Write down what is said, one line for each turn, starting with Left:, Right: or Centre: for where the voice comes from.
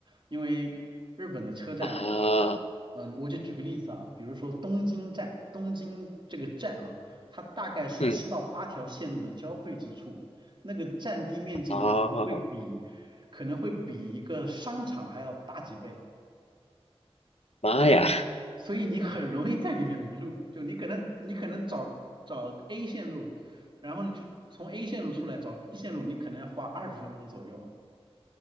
Right: 因为日本的车站，
Left: 啊，
Right: 嗯、我就举个例子啊，比如说东京站，东京这个站啊，它大概是七到八条线路的交汇之处。
Left: 嗯，
Right: 那个占地面积呢，
Left: 啊，
Right: 可能会比可能会比一个商场还要大几倍，
Left: 妈呀！
Right: 所以你很容易在里面迷路。就你可能你可能找找 A 线路，然后呢去从 A 线路出来找 B 线路，你可能要花二十分钟左右。